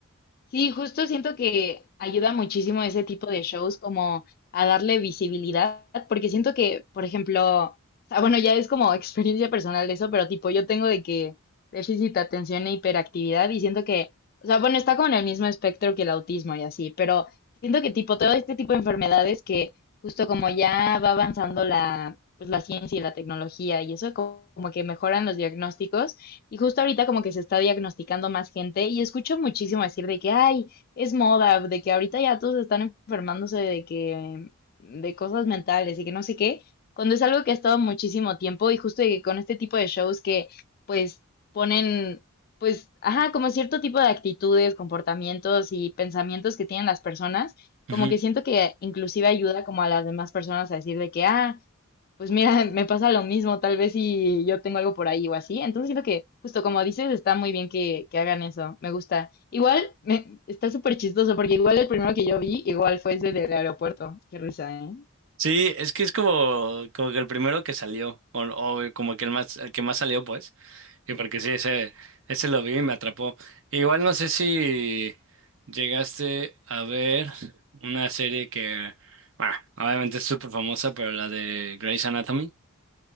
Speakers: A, on the left (about 45°); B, on the right (about 60°).
A: Sí, justo siento que ayuda muchísimo ese tipo de shows como a darle visibilidad, porque siento que, por ejemplo, o sea, bueno, ya es como experiencia personal de eso, pero tipo, yo tengo de que déficit de atención e hiperactividad y siento que, o sea, bueno, está como en el mismo espectro que el autismo y así, pero siento que tipo todo este tipo de enfermedades que justo como ya va avanzando la, pues la ciencia y la tecnología y eso como como que mejoran los diagnósticos. Y justo ahorita como que se está diagnosticando más gente y escucho muchísimo decir de que, ay, es moda, de que ahorita ya todos están enfermándose de que, de cosas mentales y que no sé qué, cuando es algo que ha estado muchísimo tiempo y justo de que con este tipo de shows que pues ponen, pues, ajá, como cierto tipo de actitudes, comportamientos y pensamientos que tienen las personas, como
B: Ujú.
A: que siento que inclusive ayuda como a las demás personas a decir de que, ah, pues mira, <laughs> me pasa lo mismo, tal vez si yo tengo algo por ahí o así. Entonces siento que, justo como dices, está muy bien que, que hagan eso, me gusta. Igual, me, está súper chistoso, porque igual el primero que yo vi, igual fue ese del aeropuerto. Qué risa, ¿eh?
B: Sí, es que es como, como que el primero que salió o, o como que el más, el que más salió pues, y porque sí, ese, ese lo vi y me atrapó. Igual no sé si llegaste a ver una serie que, bueno, obviamente es súper famosa, pero la de Grey's Anatomy.